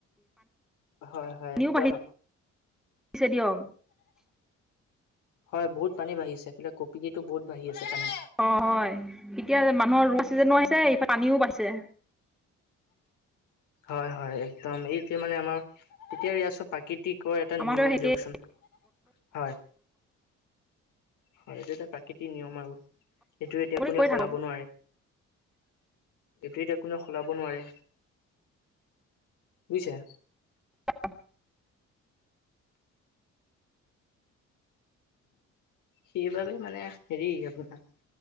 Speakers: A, on the left; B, in the centre.
A: হয়, হয়,
B: পানীও
A: একদম।
B: বাঢ়িছে <unintelligible>
A: হয় বহুত পানী বাঢ়িছে কপিলিটো বহুত বাঢ়ি আছে পানী।
B: অঁ হয় এতিয়া মানুহৰ ৰোৱা চিজনো আহিছে ইফালে পানীও বাঢ়িছে।
A: হয়, হয়, একদম এইটোৱে মানে আমাৰ এতিয়া এয়া চব প্ৰাকৃতিক। কৰ এটা
B: আমাৰো
A: নিয়ম
B: একেই
A: দিয়কচোন হয়। হয় এইটো এটা প্ৰাকৃতিক নিয়ম আৰু। এইটো এতিয়া
B: আপুনি
A: কোনেও
B: কৈ
A: সলাব
B: থাকক
A: নোৱাৰে, এইটো এতিয়া কোনেও সলাব নোৱাৰে। বুজিছে।
B: অ'।
A: সেইবাবে মানে হেৰি আপোনাৰ।